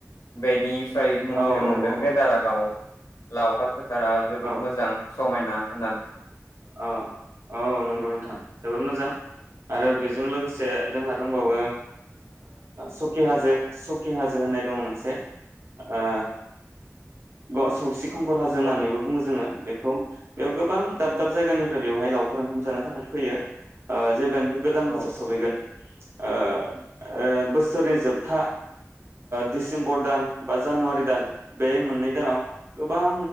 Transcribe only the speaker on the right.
औ
औ
औ
अ औ नंगौ नोंथां। जोबोर मोजां आरो बेजों लोगोसे जोंहा दंबावो सकि हाजो, सकि हाजो होननाय दङ मोनसे ओ <unintelligible> खंखर हाजो होननानै
बुङो जोङो बे खौ, बेयाव गोबां दाब दाब जायगानिफ्राय बेयावहाय लावखार ओंखाम जानो थाखाय फैयो। आ जेब्ला गोदान
बोसोर सफैगोन ओ ओ बोसोरनि जोबथा दिडसेम्बर दान बा जानुवारि दान बे मोननै दानाव गोबां